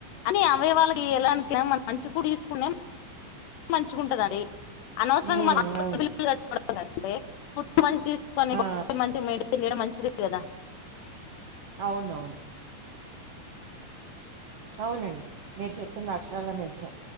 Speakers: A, on the left; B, on the right.
A: అన్ని అవయవాల కి యలడానికి మన మంచుకు కూడా తీసుకునే మంచుకుంటది అది అనవసరంగా
B: ఉమ్
A: మన హస్పిటల్
B: అవును
A: బిల్లు కట్టుకోడం కంటే టూ వన్ తీసుకొని
B: ఆ
A: బాడిని మంచిగా మెయింటైన్ చేయడం మంచి ఫ్రీ కదా
B: అవునవును అవునండి మీరు చెప్పింది అక్ష నిజమే